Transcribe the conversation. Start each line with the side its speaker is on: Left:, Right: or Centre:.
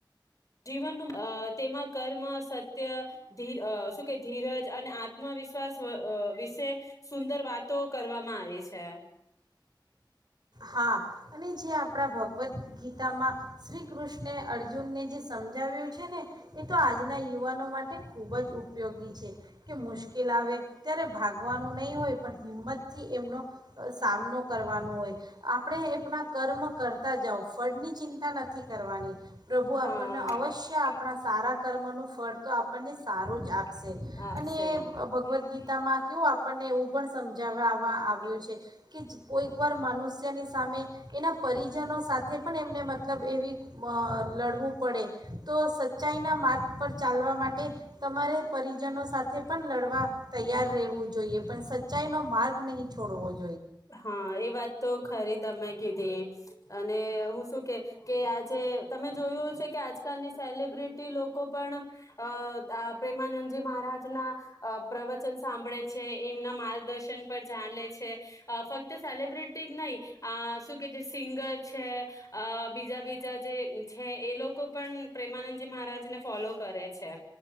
Left: જીવનનું અ તેમાં કર્મ, સત ત્ય. ધીર અ શું કે ધીરજ અને આત આત્મવિશ્વાસ અ વિશે સુંદર વાતો કરવામાં આવી છે.
Right: હા અને જે આપણા ભગવદ્ ગીતામાં શ્રી કૃષ્ણે અર્જુનને જે સમજાવ્યું છે ને, એ તો આજના યુવાનો માટે ખૂબ જ ઉપયોગી છે, કે મુશ્કેલ આવે ત્યારે ભાગવાનું નહીં હોય પણ હિંમતથી એમનો સામનો કરવાનો હોય. આપણે એપડા કર્મ કરતા જાવ, ફળની ચિંતા નથી કરવાની. પ્રભુ
Left: હા
Right: આપણને અવશ્ય આપ આપણા સારા કર્મનું ફળ તો આપણને સારું જ આપ શે,
Left: આપશે
Right: અને ભગવદ ગી તા માં કેવું આપણને એવું પણ સમજાવાવા આવ્યું છે કે જ કોઈક વાર મનુષ્ય જની સામે એના પરિજનો સાથે પણ એમને મતલબ એવી લડવું પડે, તો સચ્ચાઈના માર્ગ પર ચાલવા માટે તમારે પરિજનો સાથે પણ લડવા તૈયાર રહેવું જોઈએ પણ સચ્ચાઈનો માર્ગ નહીં છોડવો જો
Left: હા, એ વાત તો ખરી જ. તમે કીધી અને હું શું કે કે આજે તમે જોયું હશે કે આજકાલની સેલિબ્રિટી લોકો પણ અ પ્રેમાનંદજી મહારાજના અ પ્રવચન સ સાંભળે છે. એમના માર્ગદર્શન પર ચાલે છે. ફક્ત સેલિબ્રિટી જ નહી, શું કે જે સિંગર છે. બીજા બીજા જે છે. એ લોકો પણ પ્રેમાનંદજી મહારાજ ને ફોલો કરે છે.